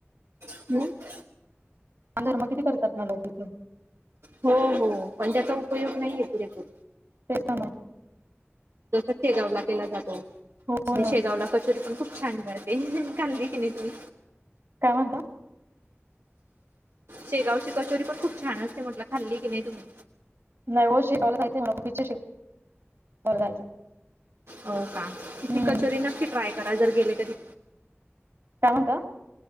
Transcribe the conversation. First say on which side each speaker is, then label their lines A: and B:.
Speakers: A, on the right (about 75°); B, on the right (about 60°).
A: <unintelligible>
B: दानधर्म किती करतात ना, लोक तिथं.
A: हो, हो. पण ज्याचा उपयोग नाहीये, पुरेपूर.
B: तेच ना, मग.
A: जसं शेगावला केला जातो.
B: हो
A: आणि
B: ना
A: शेगावला कचोरी पण खूप छान बरं ते, खाल्ली की नाही, तुम्ही.
B: काय म्हणता?
A: शेगावची कचोरी पण खूप छान असते. म्हटलं, खाल्ली की, नाही तुम्ही.
B: नाही ओ. शेगावला जायचंय मला. खूप इच्छाय, शेगावला जायचं.
A: हो, का? तिथली
B: हम्म
A: कचोरी नक्की ट्राय करा. जर गेले कधी
B: काय म्हणता?